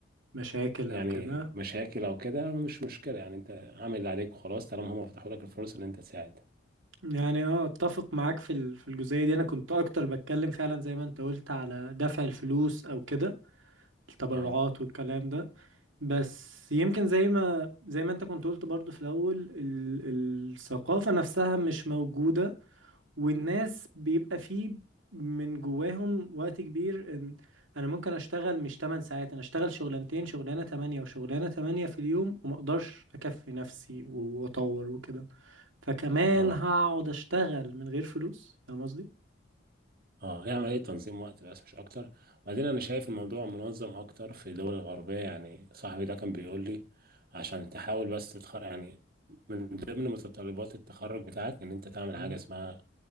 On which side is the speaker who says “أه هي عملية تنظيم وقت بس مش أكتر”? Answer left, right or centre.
Right